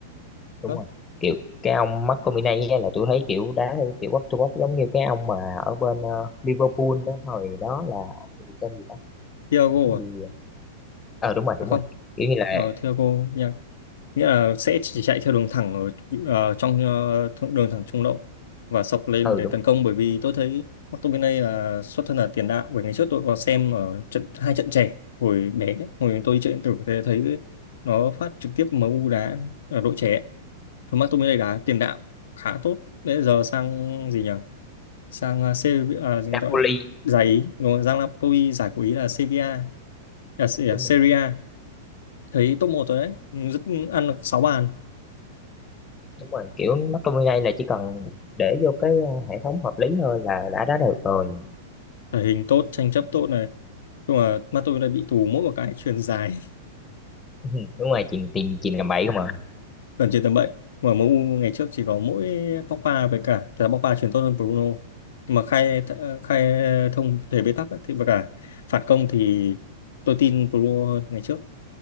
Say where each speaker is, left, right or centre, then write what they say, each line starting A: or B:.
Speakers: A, on the left (about 15°); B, on the left (about 85°).
A: đúng
B: Đó.
A: rồi kiểu cái ông McTominay á là tôi thấy kiểu đá theo kiểu bóc to bóc giống như cái ông mà ở bên ờ, Liverpool đó hồi đó là ông gì tên gì đó
B: Thiago
A: cái gì
B: à?
A: ờ đúng rồi
B: à
A: đúng
B: không
A: rồi kiểu như là
B: ờ, Thiago nha nghĩa là sẽ chỉ chạy theo đường thẳng ở ờ, trong ờ, thượng- đường thẳng trung lộ và sọc lên
A: ừ
B: để
A: đúng
B: tấn công bởi vì tôi thấy McTominay là xuất thân là tiền đạo bởi ngày trước tôi có xem ở trận hai trận trẻ hồi bé hồi tôi chơi điện tử thế thấy nó phát trực tiếp em u đá ở đội trẻ Thôi McTominay đá tiền đạo khá tốt bây giờ sang gì nhỉ sang uh, Serie à, người
A: Napoli
B: ta gọi- giải Ý đúng không? Giang Napoli giải của Ý là Sevilla à, Se- à,
A: đúng
B: Serie
A: rồi
B: A thấy top một rồi đấy Ừ, rất ăn được 6 bàn
A: đúng rồi kiểu nó trong này là chỉ cần để vô cái ờ, hệ thống hợp lý thôi là đã đá được rồi <laughs>
B: thể hình tốt tranh chấp tốt này nhưng mà mắt tôi đã bị tù mỗi một cái chuyền dài
A: Ừ, đúng rồi chuyền tiền chuyền làm bậy không à
B: <laughs> gần chuyền tầm bậy mà em u ngày trước chỉ có mỗi Pogba với cả thật ra Pogba chuyền tốt hơn Bruno nhưng mà khai khai thông thể bế tắc ấy, thì và cả phản công thì tôi tin Bruno hơn ngày trước